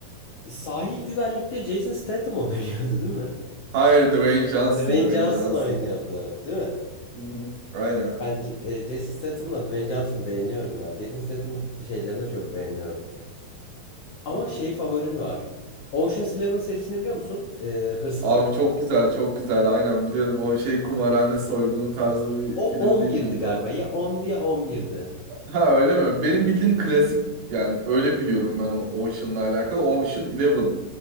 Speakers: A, on the left; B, on the right.
A: sahil güvenlikte Jason Statham <laughs> oynuyordu değil mi?
B: Hayır, Dwayne Johnson,
A: Dwayne
B: Dwayne
A: Johnson
B: Johnson.
A: oynuyordu değil mi?
B: Hı hı. Aynen.
A: Ben C- e, Jason Statham'la Dwayne Johnson'ı beğeniyorum ya. Jason Statham şeylerini de çok beğeniyorum. Ama
B: Hı hı.
A: şey favorim var. Ocean's Eleven serisini biliyor musun? Ee, hırsızlık.
B: Abi çok güzel, çok güzel. Aynen biliyorum. O şey kumarhane soygunu tarzı bir
A: O
B: film
A: on
B: değil
A: birdi
B: miydi
A: galiba.
B: o?
A: Ya 10'du ya on birdi.
B: Ha öyle mi? Benim bildiğim klasik yani öyle biliyorum ben o Ocean'la alakalı. Ocean Eleven,